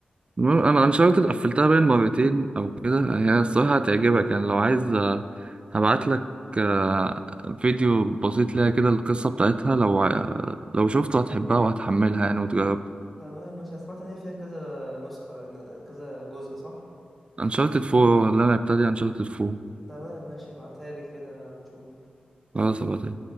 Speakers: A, on the right; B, in the centre.
A: المهم أنا انشارتد قفلتها باين مرتين أو كده هي الصراحة هتعجبك يعني لو عايز آه، هبعتلك آه، فيديو بسيط ليها كده القصة بتاعتها لو آه، لو شفته هتحبها وهتحملها يعني وتجربها
B: تمام ماشي أنا سمعت ان هي فيها كذا نسخه كذا جزء صح
A: انشارتد 4 اللي انا ابتدي انشارتد 4
B: تمام ماشي ابعتها لي كده نشوف
A: خلاص ابقى